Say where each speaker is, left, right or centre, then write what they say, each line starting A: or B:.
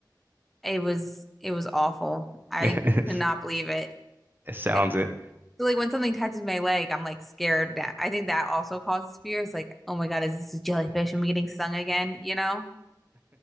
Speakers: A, in the centre; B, on the right.
A: it was it was awful. I
B: <laughs>
A: could not believe it.
B: It sounds
A: And
B: it.
A: so, like when something touches my leg, I'm like scared. That I think that also causes fear. It's like, oh my God, is this a jellyfish? Am I getting stung again? You know,